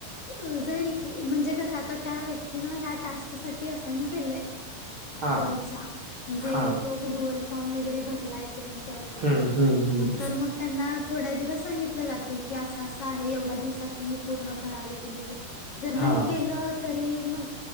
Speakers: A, on the left; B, on the right.
A: अं... जाईल की... म्हणजे कसं... आता त्या व्यक्तीनं ह्या टास्कसाठी असाईन केलंय
B: हा
A: कॉलच्या... म्हणजे
B: हा
A: तो गुगल फॉर्म वगैरे भरलाय तेन तर...
B: हम्म हम्म हम्म
A: तर मग त्यांना थोड्या दिवस सांगितलं जातय, की असं असं आहे एवढ्या दिवसात तुम्ही पूर्ण करावे. वगैरे... जर नाई
B: हा
A: केलं.... तरी मग...